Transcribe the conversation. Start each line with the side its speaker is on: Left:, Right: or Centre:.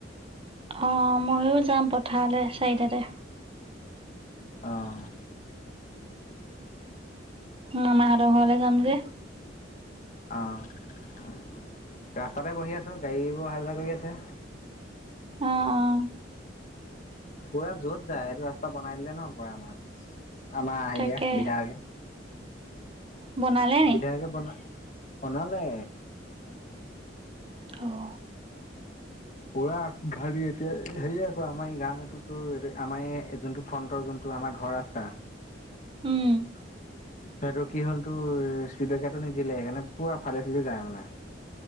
Right: অ' ময়ো যাম পথাৰলে চাৰিটাতে।
Left: অ'
Right: মামাহঁতৰ ঘৰলে যাম যে?
Left: অ' ৰাস্তাতে বহি আছোঁ, গাড়ীবোৰ অহা যোৱা কৰি আছে।
Right: অ' অ'।
Left: পুৰা য'ত যায় সেইটো ৰাস্তা বনাই দিলে ন' পোৰা আমাৰ। আমাৰ হেৰিয়া
Right: তাকে
Left: বিধায়কে।
Right: বনালে নি
Left: বিধায়কে বনা বনালে।
Right: অ'।
Left: পোৰা গাড়ী এতিয়া হেৰি আকৌ আমাৰ গানটোৰতো আমাৰ এ' যোনটো ফ্ৰণ্টৰ যোনটো আমাৰ ঘৰৰ ৰাস্তা
Right: উম।
Left: সেইটো কি হ'ল তোৰ স্পিড ব্ৰেকাৰটো নিদিলে সেইকাৰণে পুৰা ফালি চালি যায় মানে।